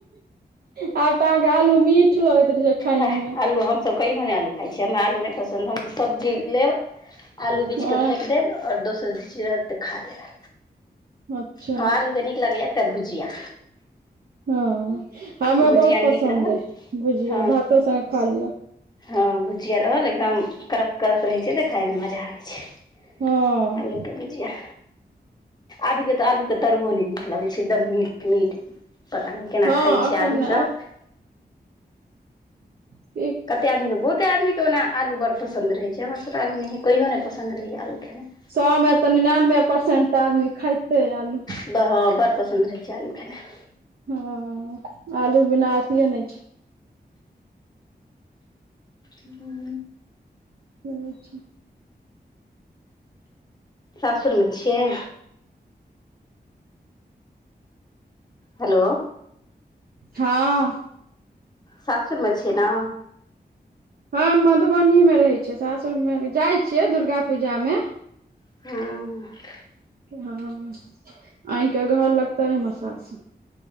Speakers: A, on the right; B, on the left.
A: आब तआहा के आलू मीठ लगाइत रहे छै। खाय
B: नहि
A: मे
B: आलू हमसभ कहियओ नहि आलू खाइ छियै हमरा आलू नहि पसन्द हम सब्जी लेब आलू
A: अ
B: बिीछि कऽ फेँेक देब आओर दोसरी चीज रहत तऽ खा लेब
A: अच्छा
B: हँ, आलू के नीक लगैया एकटा भुजिया
A: हँ, हमरा
B: भुजिया
A: बहुत पसन्द
B: नीक रहल
A: अ भुजिया
B: हँ
A: भातो सगे खा लिअ
B: हँ, भुजिया रहल एकदम कड़क कड़क रहै छै, तऽ खायमे मजा आबै छै
A: हँ
B: आलू के भुजिया अभि कतऽ आलू के तरु ने नीक लगे छै, एकदम मीठ मीठ पता नहि केना
A: हँ
B: खााय
A: एखन
B: छै आदमी सब
A: बी
B: कतेक आदमीके बहुते आदमीके ओना आलू बड़ पसन्द रहै छै, हमरासके आलू नहियए कहियो पसंद रहैए आलू खेनाइ
A: सएमे तऽ निनानबे परसेंट तऽ आदमी खइते आलू
B: हँ, बड़ पसन्द रहै छै आलू खेनाइ
A: ह आलू बिना अथिए नहि छै।
B: उ हुं।
A: पोछा।
B: सासुर मे छियै? हेलो।
A: हँ।
B: सासुर मे छीय न।
A: हम मधुबनी मे रहै छियै, सासुर मे जाइ छियै दुर्गा पूजा मे।
B: हॅ
A: की हँ अहि के घर लग त अए हमर सासुर।